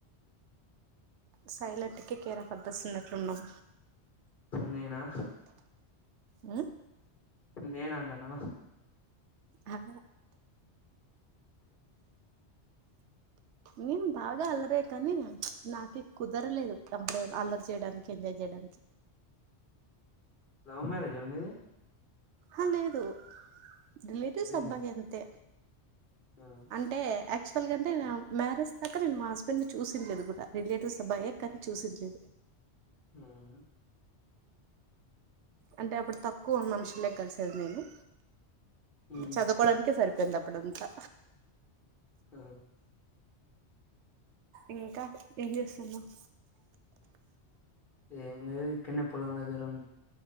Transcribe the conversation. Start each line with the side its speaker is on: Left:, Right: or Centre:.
Right: సైలెంట్ కి కేరాఫ్ అడ్రస్ ఉన్నట్లు ఉన్నావ్
Left: నేనా?
Right: ఆ
Left: నేను అన్నాన
Right: ఆ నేను బాగ అల్లరే కానీ నాకు కుదరలేదు <unintelligible> అల్లరి చేయడానికి ఎంజాయ్ చే అ
Left: లవ్ మ్యారేజ మీది
Right: అ లేేదు రిలేటివ్స్
Left: అరేంజ్డ్
Right: అబ్బాయి అంతే
Left: ఆ
Right: అంటే య అసలు కంటే మ్యారేజ్ దాకా నేను మా హస్బెండ్ ని చుసిండ్లేదు కూడా రిలేటివ్స్ అబాయే కాని చూసీన్ట్లే
Left: అవును
Right: అంటే అప్పుడు తక్కువ ఉన్న మనుషులే కలిసేది నేను
Left: ఉమ్
Right: చదువుకోవడానికే సరిపోధీ వెళప్పుడంతా
Left: హ
Right: ఇంకా ఏం చేస్తున్నావ్
Left: ఏమి లేదు ఇక్కనే పోలం దగ్గర